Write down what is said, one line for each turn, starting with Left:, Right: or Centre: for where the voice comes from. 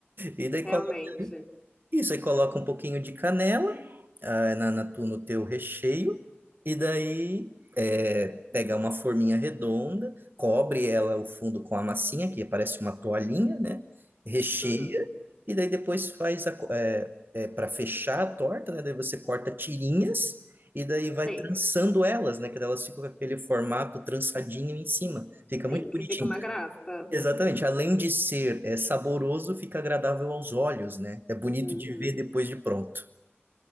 Right: E daí
Left: realmente.
Right: coloca isso, aí coloca um pouquinho de canela, ah, na, na tu- no teu recheio, e daí é, pega uma forminha redonda, cobre ela o fundo com a massinha, que parece uma toalhinha, né? Recheia,
Left: Uhum,
Right: e daí depois faz a, co- é, para fechar a torta, né? Daí você corta tirinhas. E daí vai
Left: sim,
Right: trançando elas, né? Que daí elas ficam com aquele formato trançadinho em cima. Fica muito
Left: sim, que
Right: bonitinho.
Left: fica uma graça.
Right: Exatamente. Além de ser é, saboroso, fica agradável aos olhos, né? É bonito
Left: Uhum,
Right: de ver depois de pronto.